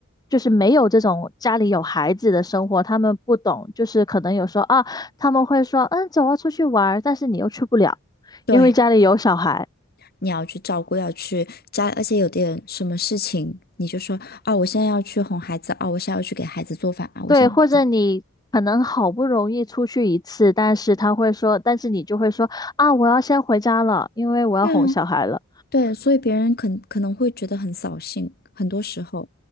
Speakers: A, on the left; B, on the left.
A: 就是没有这种家里有孩子的生活，他们不懂，就是可能有时候啊，他们会说，嗯，走啊，出去玩儿但是你又去不了，
B: 对。
A: 因为家里有小孩。
B: 你要去照顾，要去家，而且有点什么事情，你就说啊，我现在要去哄孩子啊，我现在要去给孩子做饭啊，我现在
A: 对，或者你可能好不容易出去一次，但是他会说，但是你就会说啊，我要先回家了，因为我要哄小孩了。
B: 对啊，对，所以别人可可能会觉得很扫兴，很多时候，